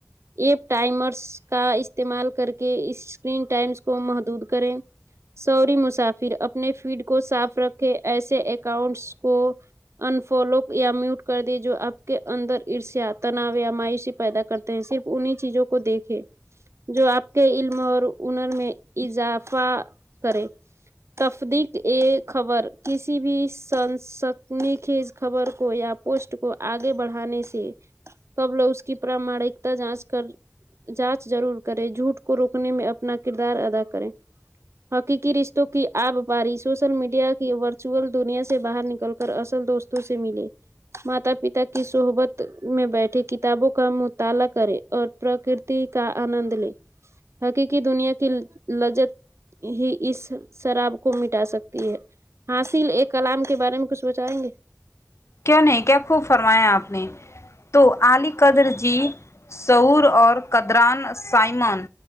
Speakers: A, on the right; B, on the left.
A: ایپ ٹائمرس کا استعمال کرکے اس اسکرین ٹائمس کو محدود کریں سوری مسافر اپنے فیڈ کو صاف رکھے ایسے اکاؤنٹس کو انفالو یا میوٹ کر دیں جو آپ کے اندر عرشا تناؤ یا مایشی پیدا کرتا صرف انہیں چیزوں کو دیکھے جو آپ کے علم اور ہنر میں اضافہ کرے تفدق اے خبر کسی بھی سن سکنی خیز خبر کو یا پوسٹ کو آگے بڑھانے سے قبل اس کی پرامانکتا جانچ کر جانچ ضرور کرے جھوٹ کو روکنے میں اپنا کردار ادا کرے حقیقی رشتوں کی آب پاری سوشل میڈیا کی ورچوئل دنیا سے باہر نکل کر اصل دوستوں سے ملے ماتا پتا کی صحبت میں بیٹھے کتابوں کا مطالعہ کریں اور پرکرتی کا آنند لے حقیقی دنیا کی لزت ہی اس شراب کو مٹا سکتی ہے حاصل ایک کلام کے بارے میں کچھ بتائیں گے
B: کیوں نہیں کیا خوب فرمایا آپ نے تو عالی قدر جی شعور اور قدران سائمن